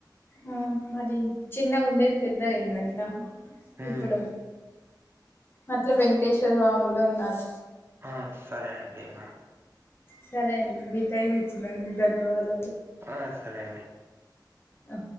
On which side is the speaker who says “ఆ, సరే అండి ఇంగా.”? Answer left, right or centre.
Right